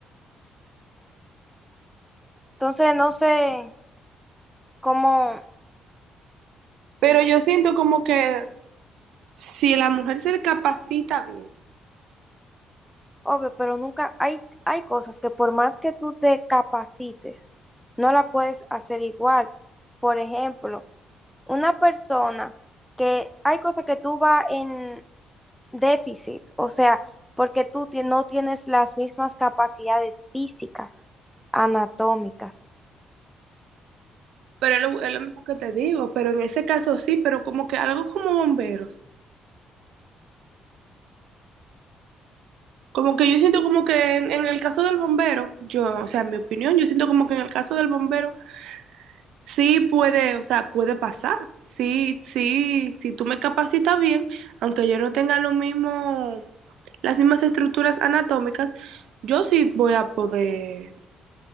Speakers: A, in the centre; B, on the right (about 80°).
A: Entonces, no sé cómo,
B: Pero yo siento como que si la mujer se capacita bien.
A: obvio, pero nunca hay, hay cosas que por más que tú te capacites, no la puedes hacer igual. Por ejemplo, una persona que hay cosas que tú vas en déficit, o sea, porque tú ti- no tienes las mismas capacidades físicas, anatómicas,
B: Pero es lo, es lo mismo que te digo, pero en ese caso sí, pero como que algo como bomberos. Como que yo siento como que en, en el caso del bombero, yo, o sea, en mi opinión, yo siento como que en el caso del bombero Sí puede, o sea, puede pasar. Sí, sí, si tú me capacitas bien, aunque yo no tenga lo mismo, las mismas estructuras anatómicas, yo sí voy a poder.